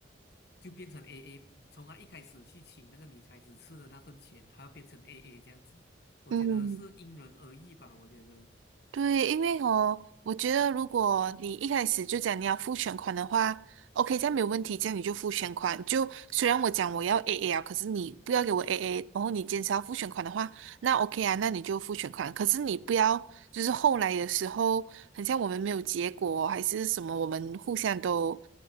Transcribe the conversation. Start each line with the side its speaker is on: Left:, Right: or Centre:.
Left: 就变成 AA，从他一开始去请那个女孩子吃的那份钱，他变成 AA 这样子。我觉得是因人而异吧。
Right: 嗯
Left: 我觉得，
Right: 对，因为哦，我觉得如果你一开始就讲你要付全款的话，OK，这样没有问题，这样你就付全款。就虽然我讲我要 AA 啊，可是你不要给我 AA，然后你坚持要付全款的话，那 OK 啊，那你就付全款。可是你不要就是后来的时候，很像我们没有结果，还是什么，我们互相都